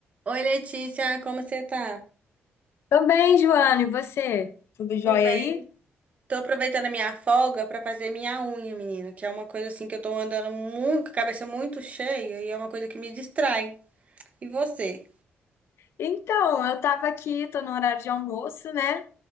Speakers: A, on the right; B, on the left.
A: Oi, Letícia, como você tá?
B: Tô bem, Joana, e você? Tudo jóia
A: Tô bem.
B: aí?
A: Tô aproveitando a minha folga pra fazer minha unha, menina, que é uma coisa assim que eu tô andando muito, com a cabeça muito cheia e é uma coisa que me distrai. E você?
B: Então, eu tava aqui, tô no horário de almoço, né?